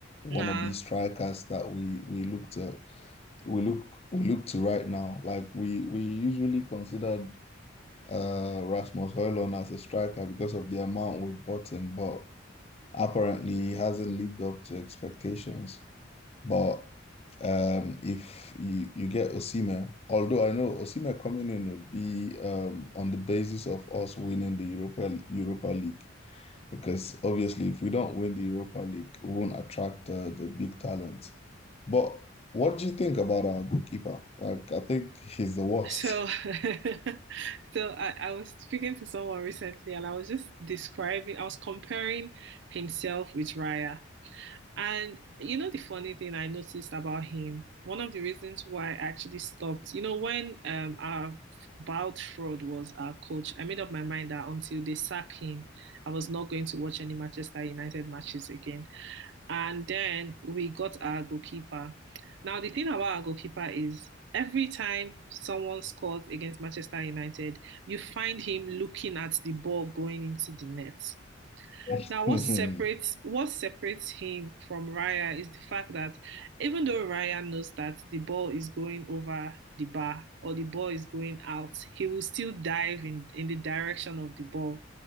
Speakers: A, on the left (about 30°); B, on the right (about 65°).
A: wannabe
B: Nah,
A: strikers that we we look to we look we look to right now. Like we we usually considered uh Rasmus Højlund as a striker because of the amount we bought him, but apparently he hasn't lived up to expectations. But um, if you, you get Osimhen, although I know Osimhen coming in would be um, on the basis of us winning the Europa Europa League, because obviously if we don't win the Europa League, we won't attract uh, the big talents. But what do you think about our goalkeeper? Like, I think he's the worst.
B: So, <laughs> so I, I was speaking to someone recently and I was just describing, I was comparing himself with Raya. And you know, the funny thing I noticed about him, one of the reasons why I actually stopped, you know, when um our Bald Fraud was our coach, I made up my mind that until they sack him, I was not going to watch any Manchester United matches again. And then we got our goalkeeper. Now, the thing about our goalkeeper is every time someone scores against Manchester United, you find him looking at the ball going into the net.
A: <laughs>
B: Now, what separates what separates him from Raya is the fact that even though Raya knows that the ball is going over the bar or the ball is going out, he will still dive in, in the direction of the ball,